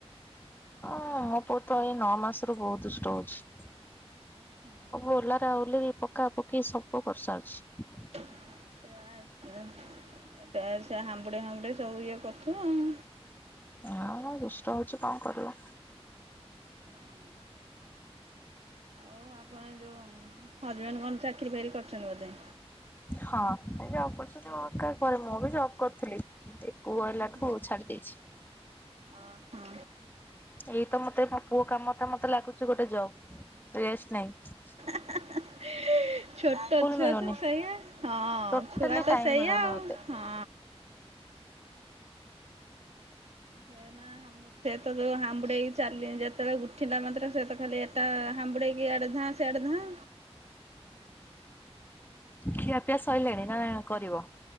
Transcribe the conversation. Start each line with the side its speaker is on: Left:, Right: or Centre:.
Left: ହଁ ମୋ ପୁଅତ ଏଇ ନଅ ମାସରୁୁ ବହୁତ ଦୁଷ୍ଟ ହଉଚି।
Right: ହୁଁ।
Left: ଓଲାର ଓଲିରି ପକା ପକି ସବୁ କରିସାରିଚି।
Right: ସେୟା ଆ ସେ ହାମ୍ବୁଡ଼େ ଫାମ୍ବୁଡ଼େ ସବୁ ଇଏ କରୁଥୁବ ଆଉ।
Left: ହବା ଦୁଷ୍ଟ ହଉଚି କଣ କରିବୁ।
Right: ଆଉ। ହଉ ଆପଣ ଯୋଉ ହଜବେଣ୍ଡେ କଣ ଚାକିରି ଫାକିରି କରିଚନ୍ତି ବୋଧେ?
Left: ହଁ ସେ ଜବ୍ କରୁଚନ୍ତି ମୋ ପରେ ମୁଁବି ଜବ୍ କରୁଥିଲି ଏ ପୁଅ
Right: ହୁଁ
Left: ହେଲାଠୁ
Right: ହୁଁ।
Left: ଛାଡ଼ି ଦେଇଛି।
Right: ଓହୋ।
Left: ଏଇତ ମତେ ମୋ ପୁଅ କାମଟା ମତେ ଲାଗୁଚି ଗୋଟେ ଜବ୍ ରେଷ୍ଟ ନାଇଁ।
Right: <inaudible> ଛୋଟ ଛୁଆତ
Left: ମିଳୁନି।
Right: ସେଇଆ ହଁ
Left: ଟୋଟାଲି
Right: ଛୁଆତ
Left: ଟାଇମ
Right: ସେଇଆ
Left: ମିଳୁନି
Right: ଆଉ।
Left: ମତେ
Right: ହଁ। ସେଏଇନା ହା ସେତ ଯୋଉ ହାୁଡେଇକି ଚାଲି ଯେତେବେଳେ ଉଠିଲା ମାତ୍ର ସେତ ଖାଲି ଏଟା ହମ୍ୁଡେଇ ଇଆଡେଧାଁ ସିଆଡେଧାଁ।
Left: ଖିଆ ପିଆ ସଇଲାଣି ନାକରିବ?